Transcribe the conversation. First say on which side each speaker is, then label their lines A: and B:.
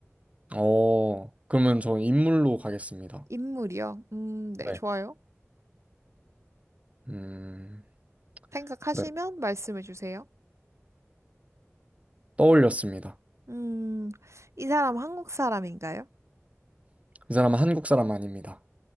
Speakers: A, on the right (about 25°); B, on the right (about 70°).
A: 어 그러면 저 인물로 가겠습니다.
B: 인물이요? 음, 네,
A: 네.
B: 좋아요.
A: 음,
B: 생각하시면
A: 네.
B: 말씀해 주세요.
A: 떠올렸습니다.
B: 음, 이 사람 한국 사람인가요?
A: 이 사람은 한국 사람 아닙니다.